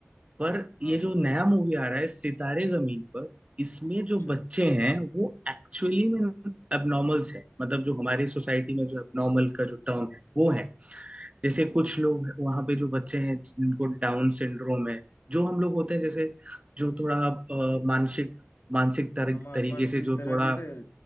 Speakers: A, on the right; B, on the left.
A: पर
B: हाँ
A: ये जो
B: वो तो
A: नया
B: है
A: मूवी आ रहा है सितारे जमीन पर इसमें जो
B: अच्छा
A: बच्चे हैं वो एक्चुअली में एबनॉर्मल्स हैं मतलब जो हमारी सोसाइटी में जो एबनॉर्मल का जो टर्म है वो है जैसे कुछ लोग वहां पे जो बच्चे हैं जिनको डाउन सिंड्रोम है जो हम लोग होते हैं जैसे जो थोड़ा अ, मानसिक मानसिक तर,
B: हाँ, मा,
A: तरीके
B: मानसिक
A: से जो
B: तरह
A: थोड़ा
B: के थे